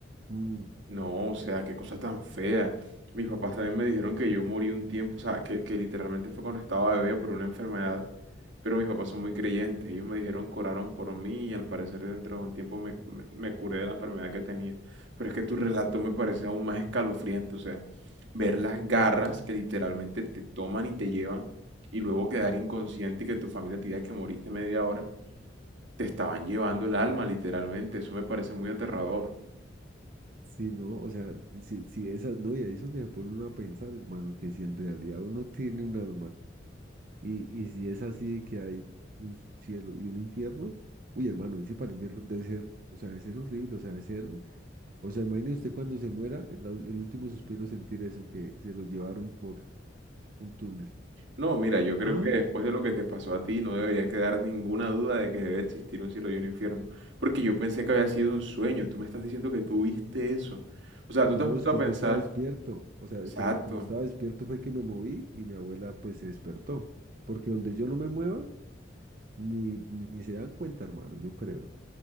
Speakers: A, on the right; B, on the right.
A: Mm,
B: No, o sea, qué cosa tan fea. Mis papás también me dijeron que yo morí un tiempo, o sea, que, que literalmente fue cuando estaba bebé por una enfermedad, pero mis papás son muy creyentes. Ellos me dijeron oraron por mí y al parecer dentro de un tiempo me, me- me curé de la enfermedad que tenía. Pero es que tu relato me parece aún más escalofriante, o sea, ver las garras que literalmente te toman y te llevan y luego quedar inconsciente y que tu familia te diga que moriste media hora, te estaban llevando el alma literalmente. Eso me parece muy aterrador.
A: sí, no, o sea, sí, sí, esas, no, y ahí es donde se pone uno a pensar, hermano, que si en realidad uno tiene un alma, Y, y si es así de que hay un cielo y un infierno, uy, hermano, ese para el infierno debe ser, o sea, debe ser horrible, o sea, debe ser, o sea, imagine usted cuando se muera, el, la- el último suspiro sentir eso, que se lo llevaron por un túnel.
B: No, mira, yo creo
A: Ah,
B: que después de lo que te pasó a ti no debería quedar ninguna duda de que debe existir un cielo y un infierno, porque yo pensé que había sido un sueño, tú me estás diciendo que tú viste eso. O sea, tú
A: no,
B: te has puesto
A: es que
B: a pensar,
A: yo estaba despierto, o sea,
B: exacto,
A: por el- como estaba despierto fue que me moví y mi abuela pues se despertó, porque donde yo no me mueva, ni, ni se dan cuenta, hermano, yo creo.